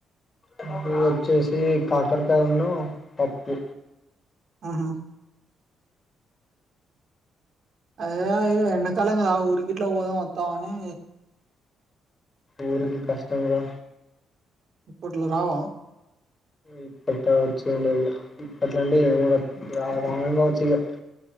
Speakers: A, on the left; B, on the right.
A: ఇప్పుడు వచ్చేసి కాకరకాయ ఉన్నూ పప్పు
B: ఆహా అదే ఎండాకాలం కదా ఊరికి ఎట్లా పోదాం వత్తావ్ అని
A: ఊరికి కష్టంగా
B: ఇప్పట్లో రావా
A: ఇప్పట్ వచ్చు ఉండేదు ఇగ ఇప్పట్లాంటే ఇగ రాను కావచ్చు ఇగా